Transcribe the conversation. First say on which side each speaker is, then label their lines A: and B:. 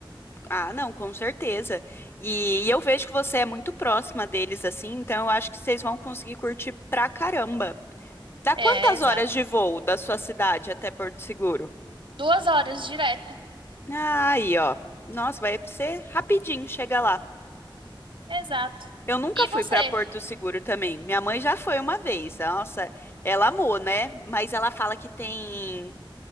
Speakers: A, on the left; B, on the right.
A: ah, não, com certeza. E, e eu vejo que você é muito próxima deles, assim, então eu acho que vocês vão conseguir curtir pra caramba. Dá
B: É,
A: quantas
B: exato.
A: horas de voo da sua cidade até Porto Seguro?
B: Duas horas direto.
A: Ah, Aí, ó. Nossa, vai ser rapidinho, chega lá.
B: Exato.
A: Eu nunca
B: E
A: fui
B: você?
A: para Porto Seguro também. Minha mãe já foi uma vez. Nossa, ela amou, né? Mas ela fala que tem.